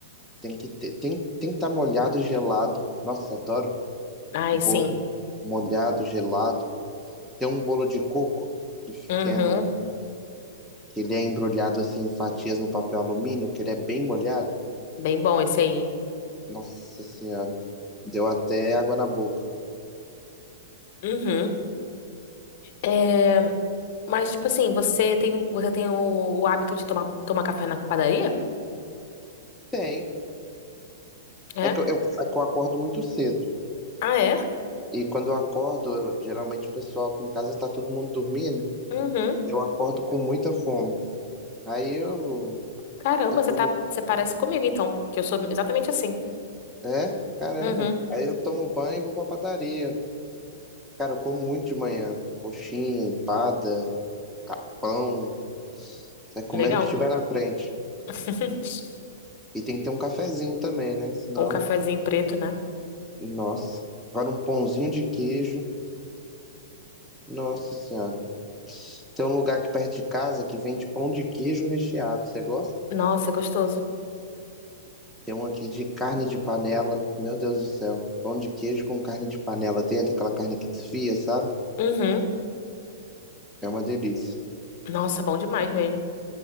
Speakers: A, in the centre; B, on the left (about 45°).
A: tem que ter, tem, tem que estar molhado e gelado. Nossa, adoro
B: Ai,
A: bolo
B: sim.
A: molhado, gelado. Tem um bolo de coco que, f-
B: Uhum.
A: que é no, que ele é embrulhado assim em fatias no papel alumínio, que ele é bem molhado.
B: Bem bom esse aí, hein?
A: Nossa Senhora, deu até água na boca.
B: Uhum. É, mas, tipo assim, você tem, você tem o, o hábito de tomar, tomar café na padaria?
A: Tem.
B: É?
A: É que eu, eu, é que eu acordo muito cedo.
B: Ah, é?
A: E quando eu acordo, eu- geralmente o pessoal aqui em casa está todo mundo dormindo.
B: Uhum.
A: Eu acordo com muita fome. Aí eu,
B: Caramba,
A: eu tomo.
B: você tá, você parece comigo, então, que eu sou exatamente assim.
A: É? Caramba.
B: Uhum.
A: Aí eu tomo banho e vou pra padaria. Cara, eu como muito de manhã. Coxinha, empada. capão, né, comendo
B: Legal.
A: o que tiver na frente.
B: <laughs>
A: E tem que ter um cafezinho também, né? Senão,
B: Um cafezinho preto, né?
A: nossa. Agora um pãozinho de queijo, nossa senhora. Tem um lugar aqui perto de casa que vende pão de queijo recheado, você gosta?
B: Nossa, é gostoso.
A: Tem um aqui de carne de panela, meu Deus do céu. Pão de queijo com carne de panela dentro, aquela carne que desfia, sabe?
B: Uhum.
A: É uma delícia.
B: Nossa, bom demais mesmo.